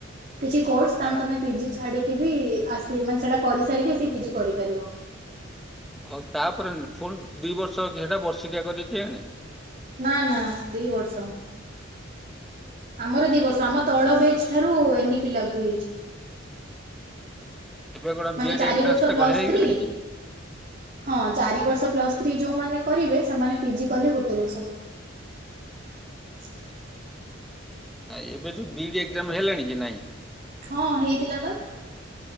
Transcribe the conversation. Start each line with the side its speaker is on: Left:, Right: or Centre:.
Right: କିଛି କୋର୍ସ ତାହେନେ
Centre: ହଁ
Right: ତମେ ପିଜି ଛାଡିକି <inaudible> ଆସି ମାନେ ସେଟା କରିସାରିକି ଆସି ପିଜି କରିପାରିବ।
Centre: ଆଉ ତାପରେ ପୁଣି ଦି ବର୍ ବର୍ଷ ହେଇଟା ବର୍ଷିକିଆ କରି କିଆଣେ।
Right: ନା ନା ଦି ବର୍ଷ ଆମର ଦି ବର୍ଷ ଆମ ତଳ ବେ ଠାରୁ ଏନିପି ଲାଗୁ ହେଇଛି।
Centre: ଏବେ କଣ
Right: ମାନେ
Centre: ବିଏଡ୍
Right: ଚାରି
Centre: ଏଣ୍ଟ୍ରାନ୍ସ
Right: ବର୍ଷ
Centre: ଟା
Right: ପ୍ଲସ୍
Centre: ହେଇଗଲାଣି
Right: ଥ୍ରୀ,
Centre: କି
Right: ହଁ ଚାରି ବର୍ଷ ପ୍ଲସ୍ ଥ୍ରୀ ଯୋଉମାନେ କରିବେ ସେମାନେ ପିଜି କଲେ ଗୋଟେ ବର୍ଷ କରିବେ।
Centre: ଆ ଏବେ ଯୋଉ ବିଇଡ଼ି ଏଗ୍ <inaudible> ଜାମ୍ ହେଲାଣି କି ନାଇଁ,
Right: ହଁ ହେଇଥିଲା ପା